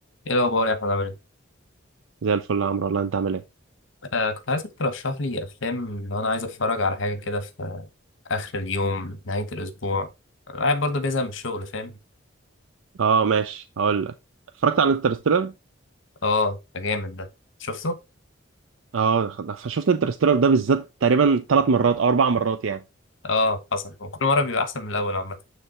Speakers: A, on the left; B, on the right.
A: ايه الاخبار يا احمد عامل ايه
B: زي الفل يا عمرو والله انت عامل ايه
A: آه كنت عايزك ترشح لي افلام لو انا عايز اتفرج على حاجه كده في اخر اليوم نهايه الاسبوع أنا قاعد برضه بيزهق من الشغل فاهم
B: اه ماشي هقول لك اتفرجت على انترستيلر
A: اه ده جامد ده شفته
B: اه شفت انترستيلر ده بالذات تقريبا ثلاث مرات او اربع مرات يعني
A: اه حصل وكل مره بيبقى احسن من الاول عامه